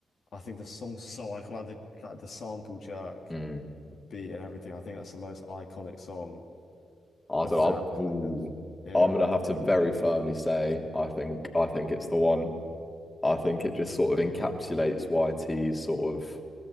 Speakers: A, on the left; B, on the left.
A: I think the song's so iconic, like the like the sample jerk
B: mm.
A: beat and everything. I think that's the most iconic song
B: I
A: of
B: don't know.
A: that kind
B: I'm, Ooh,
A: of era,
B: I'm gonna
A: I
B: have
A: think.
B: to very
A: I mean,
B: firmly say I think I think it's the one. I think it just sort of encapsulates YT's sort of